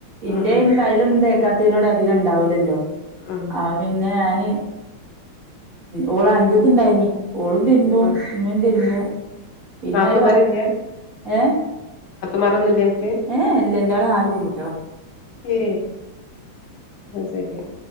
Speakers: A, on the right (about 50°); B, on the left (about 75°).
A: ഇന്ത്യ
B: ഉം ഉം
A: അയന് തൈലൊന്നും തേക്കാത്തതിനോട് അധികം ഉണ്ടാവില്ലല്ലോ.
B: ഉം
A: ആ പിന്നെ ഞാന് ഓള് അഞ്ചത്തിണ്ടായിന്. ഓളും തരുമ്പും
B: ഉം ഉം
A: ഉമ്മിം തരുമ്പും.
B: ഉം
A: പിന്നെ
B: നാത്തൂമാരില്ല
A: ഒരു ഏ
B: മറൊന്നുമില്ല അനിക്ക്.
A: ഏ ഇല്ല എന്റെടെനാല് പെൺ കുട്ടി കളാ
B: ഏ ആ ശരി.